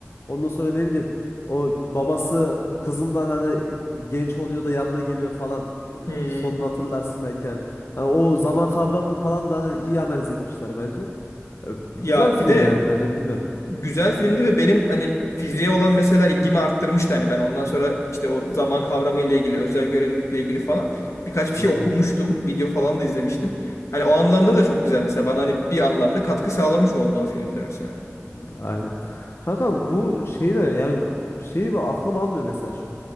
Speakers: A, on the left (about 60°); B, on the left (about 85°).
A: ondan sonra ne bileyim o babası kızından hani genç oluyor da yanına geliyor falan.
B: Hmm.
A: Sonunu hatırlarsın belki yani. Hani o zaman kavramını falan da hani iyi analiz etmişler bence. E, Güzel
B: Ya
A: film
B: bir de
A: yani bence bilmiyorum.
B: güzel filmdi ve benim hani fiziğe olan mesela ilgimi arttırmıştı. Hani ben ondan sonra işte o zaman kavramı ile ilgili, özel görelilikle ilgili falan birkaç bir şey
A: Hı hı.
B: okumuştum. Video falan da izlemiştim. Hani o anlamda da çok güzel mesela. Bana hani bir anlamda katkı sağlamış oldu o filmde mesela.
A: Aynen. Kanka bu şey de yani şeyi ve aklım almıyor mesela çok.